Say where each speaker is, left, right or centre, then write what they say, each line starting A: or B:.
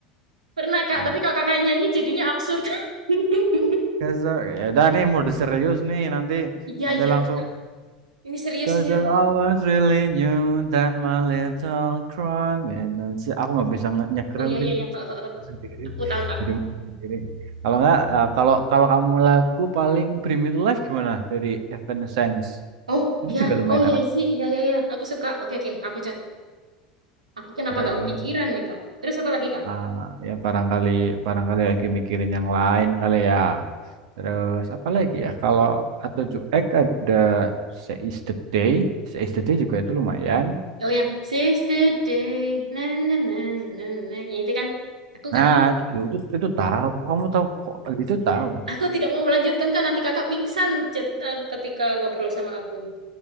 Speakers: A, on the right; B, on the right.
A: Pernah Kak,
B: Ah,
A: tapi kalau kakak nyanyi jadinya absurd. <laughs>
B: Gazer, ya udah nih mode serius nih nanti
A: Iya
B: nanti
A: iya
B: langsung
A: Kak. Ini serius
B: Cause
A: nih
B: I
A: aku.
B: was really new that my little crime and nanti aku nggak bisa nge- nyekrim
A: Oh iya
B: ding
A: iya iya. <laughs>
B: sendiri
A: Aku tahu Kak.
B: jadi main sendiri kalau nggak eh, kalau kalau kamu lagu paling Bring Me to Life gimana dari Evanescence
A: Oh
B: itu
A: ya,
B: juga lumayan
A: oh ya
B: enak
A: sih, ya ya ya, aku suka. Oke oke, aku cat. Aku kenapa
B: terus
A: nggak kepikiran ya kak? Terus apa lagi kak?
B: ah, ya barangkali barangkali lagi mikirin yang lain kali ya Terus apa lagi ya? Kalau A7X ada Seize the Day. Seize the Day juga itu lumayan.
A: Oh yang Sister Day, na na na na na, na. yang itu kan? Aku nggak.
B: Nah, itu, itu, itu tahu. Kamu tahu kok itu tahu.
A: <laughs> Aku tidak mau melanjutkan kak. Nanti kakak pingsan chat aku ketika ngobrol sama aku.